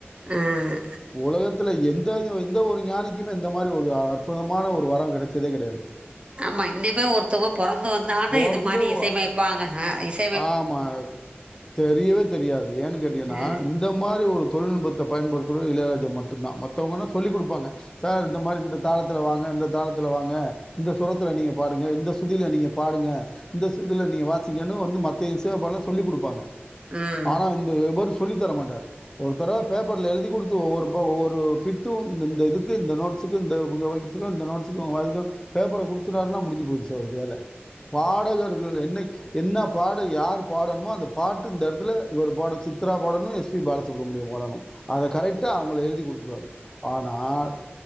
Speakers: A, on the right; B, on the left.
A: ம்
B: உலகத்துல எந்த இது எந்த ஒரு ஞானி கிம இந்த மாரி ஒரு அற்புதமான ஒரு வரோ கெடைச்சதே கெடையாது.
A: ஆமா இன்னிமே ஒருத்தவங்க பொறந்து வந்தான்னு
B: பொறந்தும்
A: இது மாரி இசையமைப்பாங்க அ இச்
B: ஆமா தெரியவே தெரியாது ஏன்னு கேட்டீன்னா
A: ஆ
B: இந் த மாதிரி ஒரு தொழில்நுட்பத்த பயன்படுத்துறது இளையராஜா மட்டு தா மத்தவங்கனா சொல்லி குடுப்பாங்க சார் இந்த மாரி இந்த தாளத்துல வாங்க இந்த தாளத்துல வாங்க. இந்த சுரத்துல நீங்க பாடுங்க இந்த சுதியில நீங்க பாடுங்க இந்த சுருதில நீங்கள் வாசிக்கனு வந்து மத்த இசையமைப்பாளர்லா சொல்லி கொடுப்பாங்க
A: ம்
B: ஆனா வந்து இவரு சொல்லி தரமாட்டாரு ஒருதடவ பேப்பர்ல எழுதி கொடுத்து ஒவ்வொருபோ ஒவ்வொரு பிட்டும் இந்த இந்த இதுக்கு இந்த நோட்ஸ் சுகுந்த உங்க வாய்ஸ்க்கு இந்த நோட்ஸ்க்கு <unintelligible> பேப்பர குடுத்துட்டாருனா முடிஞ்சு போயிருச்சு அவருக்கு வேல பாடகர்கள் என்னைக் என்ன பாட யார் பாடணமோ அந்த பாட்டு இந்த இடத்துல இவர் பாட சித்ரா பாடணு எஸ் பி பாலசுப்ரமணியம் பாடணு அத கரெக்டா அவங்களுக்கு எழுதி கொடுத்துருவாரு ஆனால்